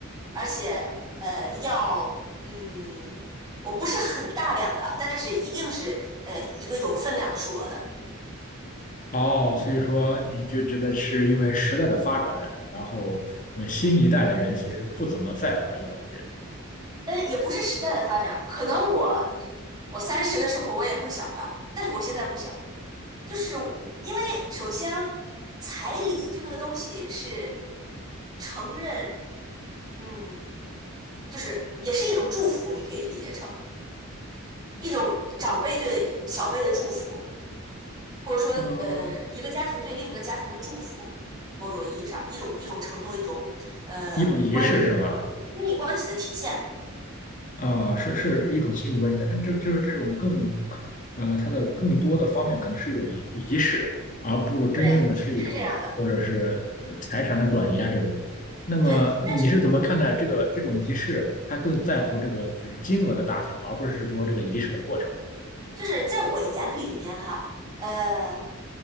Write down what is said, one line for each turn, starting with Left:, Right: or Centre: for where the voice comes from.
Right: 而且呃要嗯，我不是很大量的，但是一定是呃一个有分量的数额的。
Left: 哦，所以说你就觉得是因为时代的发展，然后那新一代的人其实不怎么在乎这个东西，
Right: 嗯，也不是时代的发展，可能我我三十的时候我也会想吧，但是我现在不想，就是我因为首先彩礼这个东西是承认，嗯，就是也是一种祝福，你可以理解成一种长辈对小辈的祝福，或者说呃一个家庭对另一个家庭的祝福，
Left: 呃，
Right: 某种意义上一种一种承诺，一种呃关系的亲密关系的体现，
Left: 一种仪式是吧？啊、是是一种亲密关系的，但这就是这种更，呃，它的更多的方面可能是一种仪仪式，而不真正的是一种或者是呃财产的转移啊这种。
Right: 对，是这样的，
Left: 那么你是怎么看待这个这种仪式？
Right: 对，但是。
Left: 它更在乎这个就是金额的大小，而不是说这个仪式的过程。
Right: 就是在我眼里面哈，呃，